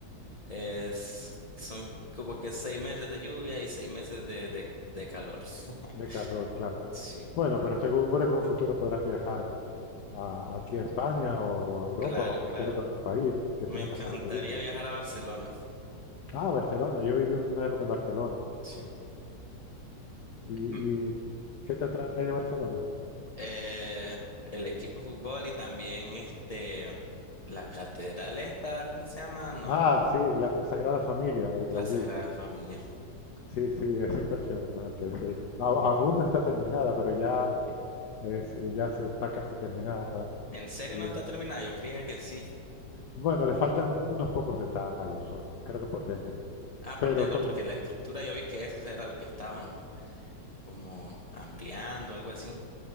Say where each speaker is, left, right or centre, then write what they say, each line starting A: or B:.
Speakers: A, on the left (about 25°); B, on the left (about 70°).
A: Es, son como que seis meses de lluvia y seis meses de, de, de calor. <laughs>
B: de calor, claro.
A: Sí,
B: Bueno, pero seguro que en un futuro podrás viajar a- aquí a España o a Europa
A: claro,
B: o a cualquier
A: claro.
B: otro país que tenga
A: Me encantaría
B: esas características.
A: viajar a Barcelona.
B: Ah, Barcelona. Yo viví una época en Barcelona.
A: Sí.
B: ¿Y,
A: Mm.
B: y qué te atrae de Barcelona?
A: Eh, el equipo de fútbol y también este, la catedral esta, ¿cómo que se llama? Nor-
B: Ah, sí, la Sagrada Familia de
A: la
B: Gaudí.
A: Sagrada Familia.
B: Sí, sí, es impresionante. ese-
A: Mm.
B: a- aún
A: Mm.
B: no está terminada, pero ya es, eh, ya se está casi terminada
A: ¿En serio
B: y
A: no
B: es,
A: está terminada? Yo creía que sí.
B: bueno, le faltan unos pocos detalles solo, creo que por dentro.
A: Ah, por
B: Pero
A: dentro,
B: con-
A: porque la estructura yo vi que eso era lo que estaban como ampliando, algo así.